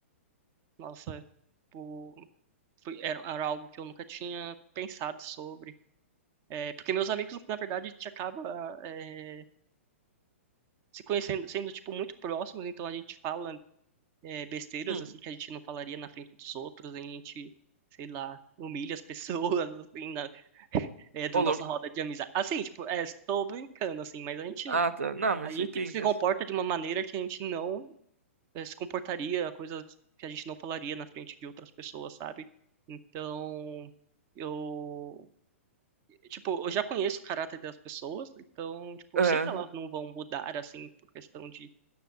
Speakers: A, on the right; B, on the right.
A: Nossa, tipo, foi, era, era algo que eu nunca tinha pensado sobre. É, porque meus amigos, na verdade, a gente acaba é, se conhecendo, sendo, tipo, muito próximos, então a gente fala é, besteiras
B: Hum.
A: assim que a gente não falaria na frente dos outros, a gente, sei lá, humilha as <laughs> pessoas assim na, <laughs> é, da
B: Ô,
A: nossa
B: louco.
A: roda de amizade. Assim, tipo, é, estou brincando assim, mas a gente
B: Ah, tá. Não, mas
A: a gente
B: isso aí tem
A: se
B: mesmo.
A: comporta de uma maneira que a gente não é, se comportaria, coisas que a gente não falaria na frente de outras pessoas, sabe? Então, eu, tipo, eu já conheço o caráter das pessoas, então, tipo,
B: É.
A: eu sei que elas não vão mudar assim por questão de